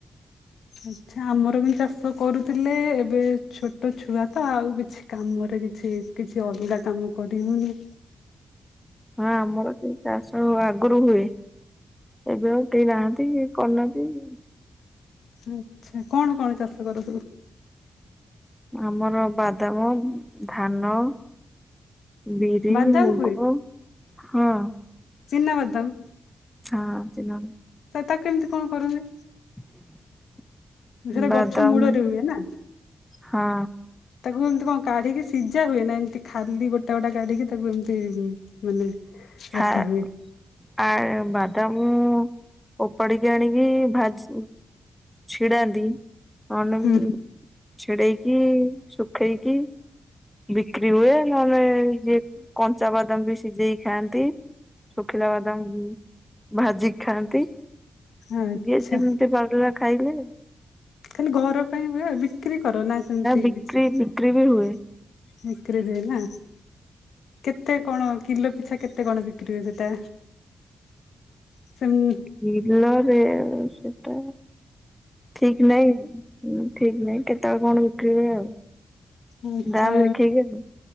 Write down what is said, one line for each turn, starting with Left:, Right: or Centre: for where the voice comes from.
Left: ଆଛା, ଆମର ବି ଚାଷ କରୁଥିଲେ, ଏବେ ଛୋଟ ଛୁଆ ତ, ଆଉ କିଛି କାମରେ କିଛି, କିଛି ଅଲଗା କାମ କରିିହଉନି।
Centre: ହଁ ଆମର ସେଇ ଚାଷ ଆଗରୁ ହୁଏ, ଏବେ ଆଉ କେହି ନାହାନ୍ତି। କରନାନ୍ତି <unintelligible>
Left: ଆଛା, କଣ କଣ ଚାଷ କର ସବୁ?
Centre: ଆମର ବାଦାମ, ଧାନ ବିରି,
Left: ବାଦାମ
Centre: ମୁଗ, ହଁ
Left: ଚିିନାବାଦାମ୍
Centre: ହଁ ଚିନ
Left: ତ, ତାକୁ କେମିତି କଣ କରନ୍ତି?
Centre: <inaudible>
Left: ସେଟା
Centre: ବାଦାମ
Left: ଗଛ ମୂଳରେ ହୁଏ ନା,
Centre: ହଁ
Left: ତାକୁ ଏମତି କଣ? କାଢିକି ସିଝା ହୁଏ ନା, ଏମତି ଖାଲି ଗୋଟା ଗୋଟା କାଢିକି ତାକୁ ଏମିତି ମାନେ ରଖା
Centre: ଆ,
Left: ହୁଏ
Centre: ବାଦାମ ମୁଁ ଉପାଡ଼ିକି ଆଣିକି ଭାଜି, ଛିଡାନ୍ତି ଆଣ୍ଡ
Left: ହୁଁ
Centre: ଚଡ଼େଇ କି ସୁଖାଇ କି ବିକ୍ରି ହୁଏ, ନହାନେ ଯିଏ କଞ୍ଚା ବାଦାମ ବି ସିଝେଇ ଖାଆନ୍ତି। ଶୁଖିଲା ବାଦାମ ଭାଜି ଖାଆନ୍ତି।
Left: ଆଚ୍ଛା
Centre: ଯିଏ ଯେମିତି ପାଇଲା, ଖାଇଲେ
Left: ଖାଲି ଘର ପାଇଁ ହୁଏ, ବିକ୍ରି କର ନା ସେମିତି
Centre: ବିକ୍ରି
Left: କିଛି
Centre: ବିକ୍ରି ବି ହୁଏ।
Left: ବିକ୍ରି ହୁଏ ନା, କେତେ କଣ? କିଲୋ ପିଛା କେତେ କଣ? ବିକ୍ର ହୁଏ ସେଟା ସେମ୍
Centre: କିଲରେ ସେଟା ଠିକ ନାହିଁ, ଠିକ ନାହିଁ, କେତେବେଳେ କଣ ବିକ୍ରିବେ ଆଉ
Left: ଆଛା।
Centre: ଦାମ ଦେଖିକି ଆଉ।